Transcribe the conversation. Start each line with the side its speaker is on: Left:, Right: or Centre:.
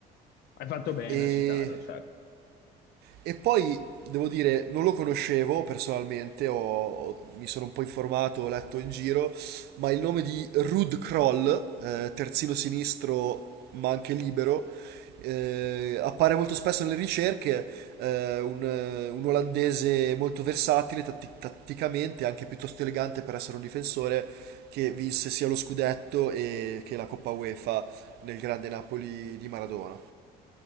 Left: fatto bene
Right: E
Left: a citarlo, certo.
Right: e poi devo dire, non lo conoscevo personalmente, ho- mi sono un po' informato, ho letto in giro, ma il nome di Rud Kroll, eh, terzino sinistro ma anche libero, eh, appare molto spesso nelle ricerche, eh, un, eh, un olandese molto versatile tatti- tatticamente, anche piuttosto elegante per essere un difensore, che vinse sia lo scudetto e che la Coppa UEFA nel grande Napoli di Maradona.